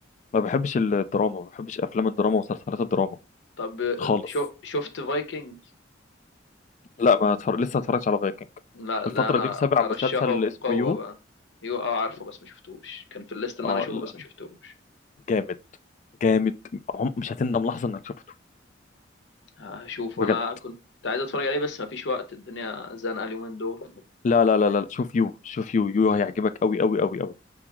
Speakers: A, on the left (about 40°); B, on the left (about 70°).
A: ما بحبش الدراما ما بحبش افلام الدراما ومسلسلات الدراما
B: طب آه،
A: خالص
B: شو شفت فايكنج
A: لا ما اتفرج لسه ما اتفرجتش على فايكنج
B: لا ده
A: الفترة
B: انا
A: دي متابع
B: ارشحه
A: مسلسل
B: بقوه
A: اسمه يو
B: بقى ايوه اه عارفه بس ما شفتوش كان في الليست ان
A: اه
B: انا اشوفه
A: لا
B: بس ما شفتوش
A: جامد جامد عم- مش هتندم لحظة انك شفته
B: هشوف
A: بجد
B: انا كنت عايز اتفرج عليه بس مفيش وقت الدنيا زنقه اليومين دول
A: لا لا لا لا شوف يو شوف يو يو هيعجبك قوي قوي قوي قوي